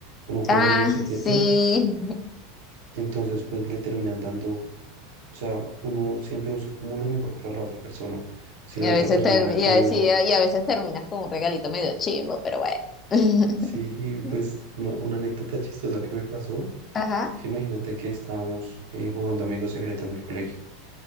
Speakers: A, on the right (about 60°); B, on the left (about 30°).
A: Uno juega
B: Ah,
A: amigo secreto,
B: sí.
A: entonces pues le terminan dando, o sea, uno siempre busca como lo mejor para la otra persona. Si
B: Y
A: la
B: a
A: otra
B: veces
A: persona
B: ter-
A: me pidió,
B: y a veces, y a y a veces terminas con un regalito medio chimbo, pero bueno. <laughs>
A: sí, pues una, una anécdota chistosa que me pasó,
B: Ajá,
A: es que imagínate que estábamos eh, jugando amigo secreto en el colegio.